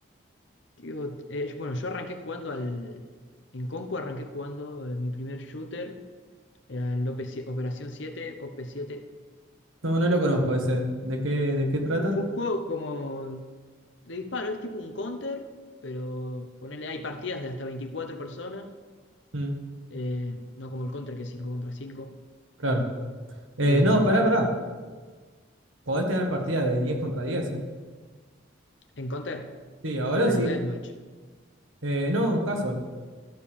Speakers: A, on the left; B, on the right.
A: digo, eh, bueno, yo arranqué jugando al. En compu arranqué jugando eh, mi primer shooter. eh, al el OP7 Operación 7, op siete,
B: No, no lo conozco
A: que fue un
B: ese. ¿De qué, de qué
A: No,
B: trata?
A: fue un juego como de disparo, es tipo un counter, pero ponele, hay partidas de hasta 24 personas,
B: Mm,
A: eh, no como el counter que es 5 contra cinco
B: claro. Eh,
A: eh,
B: no, pará, pará. Podés tener partida de 10 contra 10, ¿eh?
A: en counter,
B: Sí, ahora
A: pero
B: sí.
A: deathmatch.
B: Eh, no, casual.